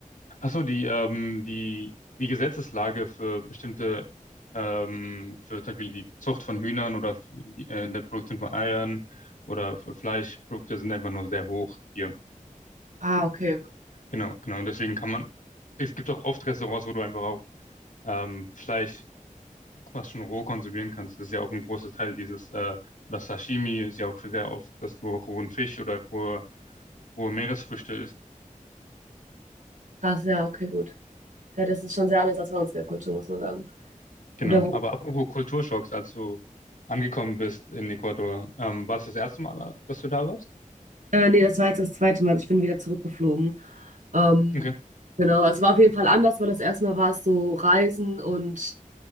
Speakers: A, on the left; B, on the right.
A: ach so, die, ähm, die, die Gesetzeslage für bestimmte, ähm, für zum Beispiel die Zucht von Hühnern oder für die, äh, in der Produktion von Eiern oder für Fleischprodukte sind einfach nur sehr hoch hier.
B: Ah, okay.
A: Genau, genau. Und deswegen kann man, es gibt auch oft Restaurants, wo du einfach auch ähm, Fleisch fast schon roh konsumieren kannst. Das ist ja auch ein großer Teil dieses, äh, oder Sashimi ist ja auch sehr oft, dass du rohen Fisch oder rohe, rohe Meeresfrüchte isst.
B: Krass, ja, okay, gut. Ja, das ist schon sehr anders als bei uns in der Kultur, muss man sagen.
A: Genau.
B: Oder wo
A: Aber apropos Kulturschocks, als du angekommen bist in Ecuador, ähm, war das das erste Mal, dass du da warst?
B: Äh, nee, das war jetzt das zweite Mal. Also ich bin wieder zurückgeflogen. Ähm,
A: Okay.
B: genau, also es war auf jeden Fall anders, weil das erste Mal war es so Reisen und